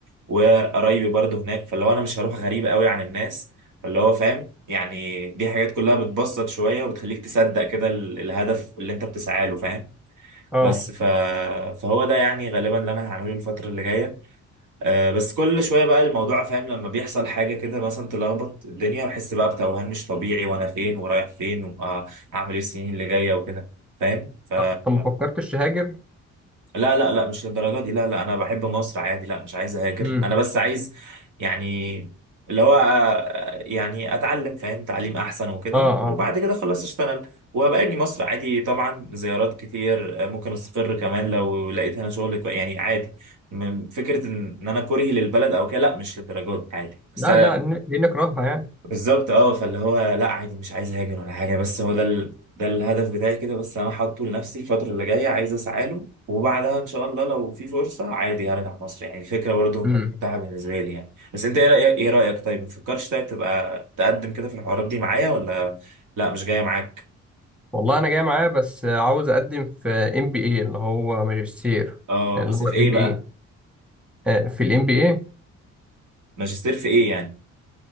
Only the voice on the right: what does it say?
وقرايبي برضه هناك فاللي هو انا مش هروح غريب قوي عن الناس فاللي هو فاهم يعني دي حاجات كلها بتبسط شوية وبتخليك تصدق كده ال- الهدف اللي انت بتسعى له فاهم
بس ف... فهو ده يعني غالبا اللي انا هعمله الفترة اللي جاية آه بس كل شويه بقى الموضوع فاهم لما بيحصل حاجه كده مثلا تلخبط الدنيا بحس بقى بتوهان مش طبيعي وانا فين ورايح فين واعمل ايه السنين اللي جايه وكده فاهم ف
لا لا لا مش للدرجة دي لا لا أنا بحب مصر عادي لا مش عايز أهاجر
أنا بس عايز يعني اللي هو آه، يعني أتعلم فاهم تعليم أحسن وكده
وبعد
كده خلاص أشتغل وهبقى أجي مصر عادي طبعا زيارات كتير آه، ممكن أستقر كمان لو لقيت هنا شغل كوي- يعني عادي م- فكرة إن إن أنا كرهي للبلد أو كده لا مش للدرجة دي عادي بس
بالظبط اه فاللي هو لا عادي مش عايز اهاجر ولا حاجه بس هو ده ال... ده الهدف بتاعي كده بس انا حاطه لنفسي الفتره اللي جايه عايز اسعى له وبعدها ان شاء الله لو في فرصه عادي هرجع مصر يعني الفكره برضو
متاحه بالنسبه لي يعني بس انت ايه رايك ايه رايك طيب ما تفكرش طيب تبقى تقدم كده في الحوارات دي معايا ولا لا مش جايه معاك
اه
بس
في
ايه
بقى
ماجستير في ايه يعني